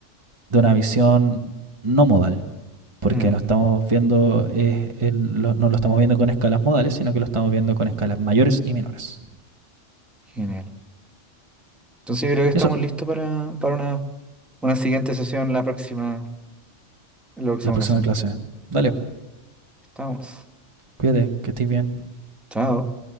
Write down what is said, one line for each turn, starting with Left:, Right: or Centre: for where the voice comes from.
Right: de una visión no modal, porque
Centre: mm,
Right: no estamos viendo, eh, en lo, no lo estamos viendo con escalas modales, sino que lo estamos viendo con escalas mayores y menores.
Centre: genial. Entonces yo creo que estamos
Right: Y Eso,
Centre: listos para, para una, una siguiente sesión la próxima, en la próxima
Right: la próxima
Centre: ocasión.
Right: clase. Dale,
Centre: Estamos.
Right: cuídate, que estés bien.
Centre: Chao.